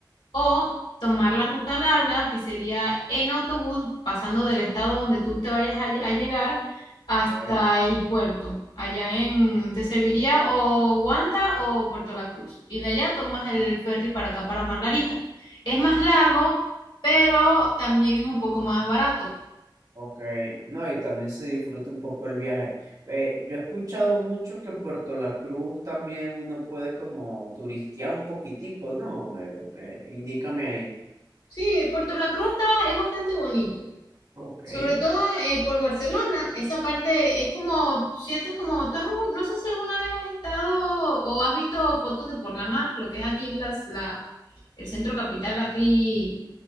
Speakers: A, on the left; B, on the right.
A: o tomar la ruta larga, que sería en autobús, pasando del estado donde tú te vayas a, lle- a llegar hasta
B: Okay,
A: el puerto. Allá en, te serviría o Wanda o Puerto La Cruz. Y de allá tomas el ferry para acá, para Margarita. Es más largo, pero también es un poco más barato.
B: okay. No, y también se disfruta un poco el viaje. Eh, yo he escuchado mucho que en Puerto La Cruz también uno puede como turistear un poquitico, ¿no? Eh, eh, indícame ahí.
A: Sí, Puerto La Cruz está ba- es bastante bonito.
B: Okay.
A: Sobre todo eh, por Barcelona, esa parte es como, sientes como, tú has- no sé si alguna vez has estado o has visto fotos de por la mar, lo que es aquí las, la, el centro capital, aquí,